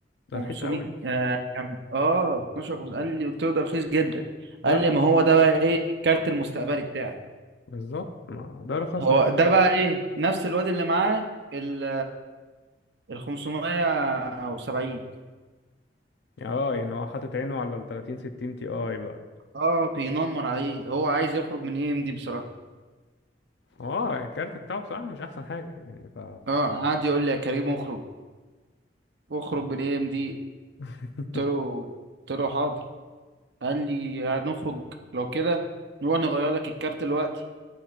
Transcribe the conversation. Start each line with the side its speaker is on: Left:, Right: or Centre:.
Left: ده
Right: 500
Left: رخيص قوي
Right: اه كان- آه، ب 12500 قال لي قلت له ده رخيص جدا قال
Left: ده رخيص
Right: لي ما هو ده بقى ايه الكارت
Left: آه.
Right: المستقبلي بتاعي
Left: بالظبط ما ده ارخص
Right: هو
Left: من
Right: ده بقى ايه نفس الواد اللي معاه ال ال 500 او 70
Left: اه يعني هو حاطط عينه على ال 30 60 تي اي بقى
Right: اه بينمر عليه هو عايز يخرج من اي ام دي بصراحة
Left: هو الكارت بتاعه بصراحة مش احسن حاجة يعني ف
Right: اه قعد يقول لي يا كريم اخرج اخرج من اي ام دي
Left: <laughs>
Right: قلت له قلت له حاضر قال لي هنخرج لو كده نروح نغير لك الكارت دلوقتي